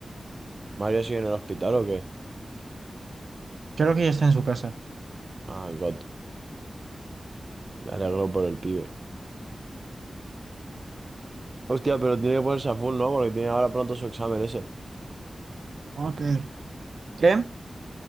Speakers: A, on the right (about 45°); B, on the right (about 75°).
A: ¿Mario sigue en el hospital o qué?
B: creo que ya está en su casa.
A: Ah, God, me alegro por el pibe. Hostia, pero tiene que ponerse a full, ¿no? Porque tiene ahora pronto su examen ese.
B: Ok. ¿Qué?